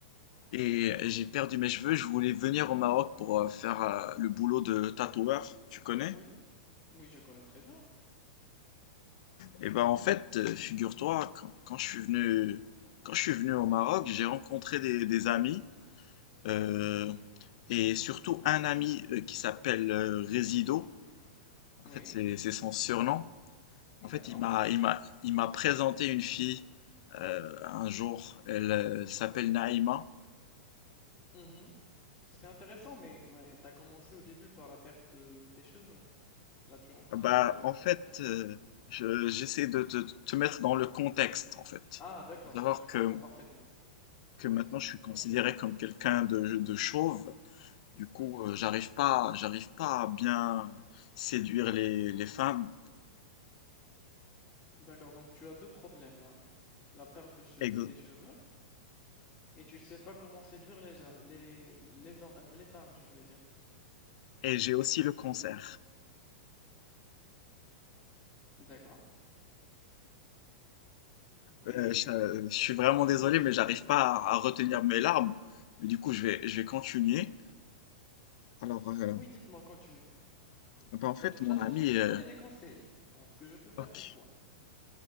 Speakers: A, on the left; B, on the left.
A: et j'ai perdu mes cheveux. Je voulais venir au Maroc pour euh, faire euh, le boulot de tatoueur, tu connais?
B: Oui, oui, je connais très bien.
A: Eh ben en fait, euh, figure-toi, quand, quand je suis venu, quand je suis venu au Maroc, j'ai rencontré des, des amis, euh, et surtout un ami euh, qui s'appelle euh, Résido.
B: Oui,
A: En fait, c'est c'est son surnom. En fait,
B: d'accord.
A: il m'a, il m'a, il m'a présenté une fille euh, un jour. Elle, euh, s'appelle Naïma.
B: Mmh C'est intéressant, mais mais tu commencé au début par la perte de tes cheveux. Là, tu es en train
A: Ah Bah,
B: de
A: en fait, euh, je- j'essaie de te, te mettre dans le contexte, en fait.
B: ah d'accord,
A: Faut savoir
B: je comprends
A: que,
B: parfaitement.
A: que
B: Oui,
A: maintenant, je suis considéré
B: continue.
A: comme quelqu'un de, de chauve. Du coup,
B: Mmh
A: euh, j'arrive pas, j'arrive pas à bien séduire les, les femmes
B: D'accord, donc tu as 2 problèmes là. La perte de cheveux
A: et,
B: des cheveux et tu sais pas comment séduire les gens les les hommes, les femmes, je voulais dire.
A: et j'ai aussi le cancer.
B: D'accord et
A: Euh, je, euh, je suis vraiment
B: est-ce
A: désolé,
B: que je
A: mais j'arrive pas à, à retenir mes larmes. Mais du coup, je vais, je vais continuer. Alors, euh,
B: Oui, dites-moi, continue.
A: bah, en fait,
B: Bah, de toute
A: mon
B: façon,
A: ami,
B: je vais te
A: euh,
B: donner des conseils, bah, ce que je peux faire
A: ok,
B: pour toi.